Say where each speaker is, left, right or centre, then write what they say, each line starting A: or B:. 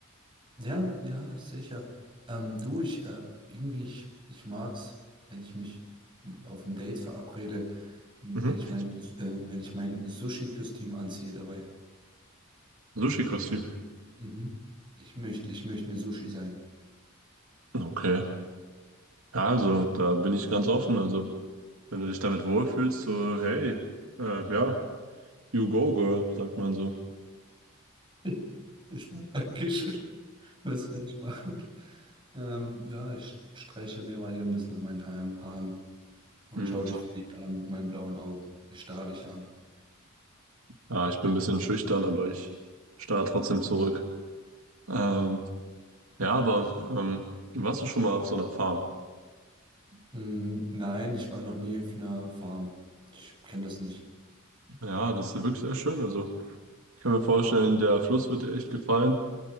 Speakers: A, on the right; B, on the right.
A: ja, ja, sicher. Ähm, du, ich äh, irgendwie, ich, ich mag's, wenn ich mich auf ein Date verabrede, m,
B: Mhm.
A: wenn ich mein, äh, wenn ich mein Sushi-Kostüm anziehe dabei.
B: Sushi-Kostüm.
A: Mhm. Ich möchte, ich möchte eine Sushi sein.
B: Okay. Ja, also, da bin ich ganz offen. Also, wenn du dich damit wohlfühlst, so, hey, äh, ja, you go, girl, sagt man so.
A: <laughs> Ich- Dankeschön. Was werde ich machen? Ähm, ja, ich streiche mir mal hier ein bisschen an meinen Haaren, Haaren und
B: Mhm.
A: schaue dich verliebt an mit meinen blauen Augen. Ich starre dich an.
B: Ja, ich bin ein bisschen schüchtern, aber ich starre trotzdem zurück. Ähm, ja, aber ähm, warst du schon mal auf so einer Farm?
A: Mm, nein, ich war noch nie auf einer Farm. Ich kenne das nicht.
B: Ja, das ist wirklich sehr schön. Also, ich kann mir vorstellen, der Fluss wird dir echt gefallen.